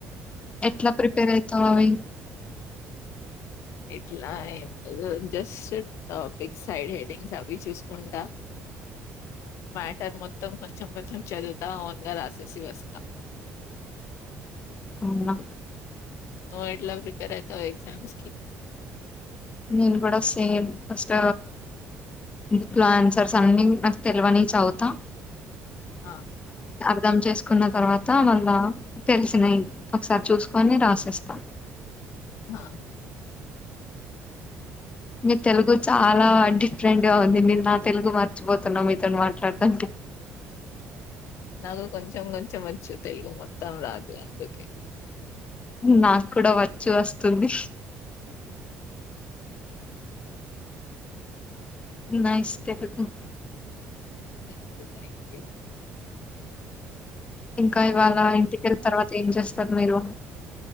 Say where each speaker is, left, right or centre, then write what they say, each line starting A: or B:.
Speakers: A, on the left (about 25°); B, on the left (about 75°).
A: ఎట్లా ప్రిపేర్ అయిత అయి
B: ఇట్లా ఏ లేదు జస్ట్ టాపిక్స్ సైడ్ హెడింగ్స్ అవి చూసుకుంటా మాటర్ మొత్తం కొంచెం కొంచెం చదువుతా ఓన్ రాసేసి వస్తా
A: అవునా
B: నువ్వు ఎట్లా ప్రిపేర్ అయితవ్ ఎగ్జామ్స్కి
A: నేను కూడా సేమ్ ఫస్ట్ ఇంట్లా అన్సర్స్ అన్నీ నాకు తెలివని చదువుతా
B: ఆ
A: అర్ధం చేసుకున్న తర్వాత మళ్ళా తెలిసినాయి ఒకసారి చూసుకని రాసేస్తాం
B: ఆా
A: మీ తెలుగు చాలా డిఫరెంట్ గా ఉంది మీరు నా తెలుగు మర్చిపోతున్నా మీతోని మాట్లాడతాంటే
B: నాకు కొంచెం కొంచెం వ తెలుగు మొత్తం రాదు అందుకే
A: నాకు కూడా వచ్చి వస్తుంది nice Telugu
B: thank you thank you
A: ఇంకా ఇవాళ ఇంటికి వెళ్ళి తర్వాత ఏం చేస్తారు మీరు